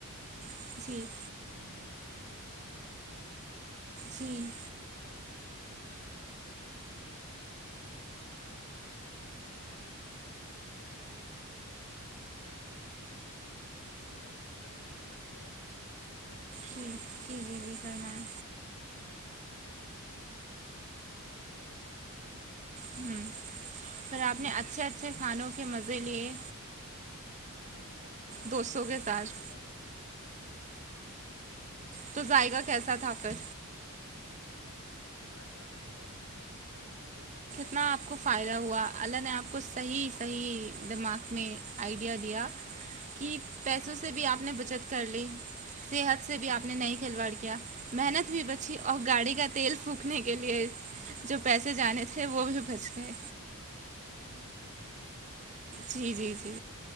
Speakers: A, on the right; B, on the left.
A: جی
B: تو ہم نے اسی کے چھوٹے چھوٹے ٹکڑے کیے
A: جی
B: صبح کا ٹائم ہی تھا تو دہی لائی میٹ مسالہ آیا چکن مسالہیا نیمبو لایا ا کیا بولتے ہیں مکھن لگایا اس کو صبح صبح میرینیٹ کرنے کے لیے رکھ دیا آپ فریج میں
A: پھر کے لیے بھی کررمائیں
B: جن گھوم شام کو آئے
A: ہ
B: آگ واگ جلائی
A: س آپ نے اچھے اچھے کھانوں کے مزے لیے
B: ہاں اور پتا تھا نا لائک
A: دوستوں
B: اس
A: کے
B: میں
A: ساتھ
B: کیا ڈلا ہے ہاں یہ یہ سچ اچھی
A: تو ذائقہ
B: بات ہے یہ
A: کیسا
B: والی
A: تھا پھر
B: ارے بہت اچھا ذائقہ اگر برا بھی ہوتا لیکن پھر بھی مزہ آتا
A: اتنا آپ کو فائدہ ہوا اللہ نے آپ کو صحیح صحیح دماغ میں آئیڈیا دیا کہ پیسوں سے بھی آپ نے بچت کر لی صحت سے بھی آپ نے نہیں کھلواڑ کیا محنت بھی
B: مزہ
A: بچی اور
B: آیا
A: گاڑی کا تیل پھونکنے کے لیے جو پیسے جانے تھے وہ بھی بچ گئے
B: ہ وہ مستری کے پاس چلے گئے
A: جی جی جی